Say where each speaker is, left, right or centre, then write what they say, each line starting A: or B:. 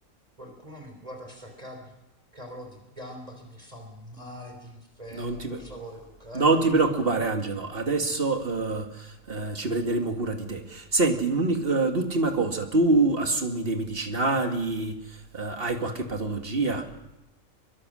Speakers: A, on the right; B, on the right.
A: qualcuno mi guarda sta ca- cavolo di gamba che mi fa un male d'inferno,
B: Non ti,
A: per
B: pre-
A: favore, Luca,
B: non
A: eh.
B: ti preoccupare, Angelo, adesso eh, eh, ci prenderemo cura di te. Senti, l'uni- eh, l'ultima cosa, tu assumi dei medicinali, eh, hai qualche patologia?